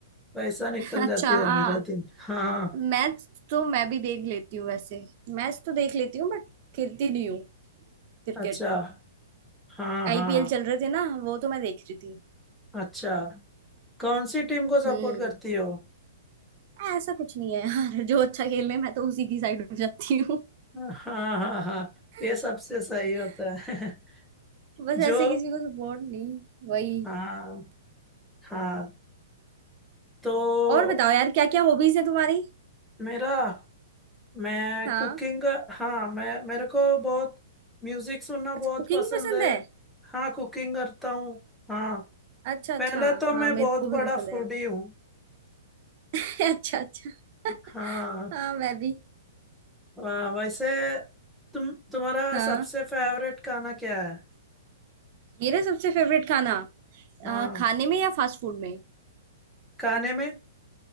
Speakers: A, in the centre; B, on the right.
A: पैसा निकल
B: <laughs> अच्छा
A: जाते हैं
B: हाँ
A: मेरा दिन हाँ
B: मैच तो मैं भी देख लेती हूँ वैसे मैच तो देख लेती हूँ बट खेलती नहीं हूँ क्रिकेट
A: अच्छा हाँ हाँ
B: आईपीएल चल रहे थे ना वो तो मैं देख रही थी
A: अच्छा कौन सी टीम को
B: हम्म
A: सपोर्ट करती हो
B: ऐसा कुछ नहीं है यार <laughs> जो अच्छा खेल रहे हैं, मैं तो उसी की साइड हो जाती हूँ
A: हाँ हाँ हाँ
B: <laughs>
A: ये सबसे सही होता है <laughs>
B: बस
A: जो
B: ऐसे किसी को सपोर्ट नहीं वही
A: हाँ हाँ तो
B: और बताओ यार क्या क्या हॉबीज है तुम्हारी
A: मेरा मैं
B: हाँ
A: कुकिंग हाँ मैं मेरे को बहुत म्यूजिक सुनना बहुत
B: अच्छा कुकिंग
A: पसंद
B: पसंद
A: है
B: है
A: हाँ कुकिंग करता हूँ हाँ
B: अच्छा अच्छा
A: पहले तो मैं
B: हाँ मेरे
A: बहुत
B: को भी
A: बड़ा
B: पसंद
A: फूडी
B: है यार
A: हूँ
B: <laughs> अच्छा अच्छा <laughs>
A: हाँ
B: हाँ मैं भी
A: वाह वैसे तुम तुम्हारा
B: हाँ
A: सबसे फेवरेट खाना क्या है
B: मेरा सबसे फेवरेट खाना
A: हाँ
B: अ, खाने में या फास्ट फूड में
A: खाने में